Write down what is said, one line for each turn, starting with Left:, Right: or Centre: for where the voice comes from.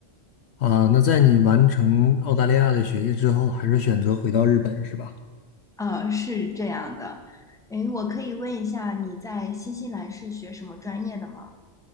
Left: 啊，那在你完成澳大利亚的学业之后，还是选择回到日本是吧？
Centre: 呃，是这样的。诶，我可以问一下，你在新西兰是学什么专业的吗？